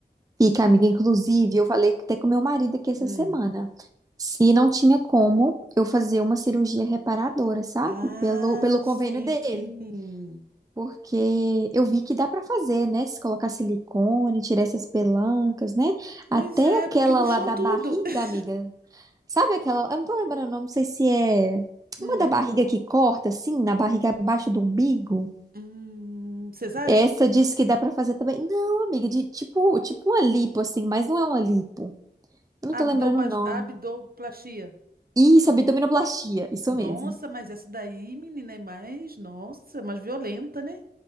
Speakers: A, on the right; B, on the right.
A: Fica, amiga. Inclusive, eu falei até com meu marido aqui essa
B: Hum.
A: semana. Se não tinha como eu fazer uma cirurgia reparadora, sabe?
B: Ah,
A: Pelo, pelo convênio
B: sim.
A: dele. Porque eu vi que dá pra fazer, né? Se colocar silicone, tirar essas pelancas, né?
B: Pois
A: Até
B: é,
A: aquela
B: porque murchou
A: lá da
B: tudo.
A: barriga,
B: <laughs>
A: amiga. Sabe aquela? Eu não tô lembrando o nome, não sei se é
B: Hum.
A: uma da barriga que corta, assim, na barriga abaixo do umbigo.
B: Hum, cesárea?
A: Essa diz que dá pra fazer também. Não, amiga, de tipo, tipo uma lipo, assim, mas não é uma lipo. Eu Não
B: Abdoma-
A: tô lembrando o nome.
B: Abdoplastia.
A: Isso, abdominoplastia, isso
B: Nossa,
A: mesmo.
B: mas essa daí, menina, é mais, nossa, mais violenta, né?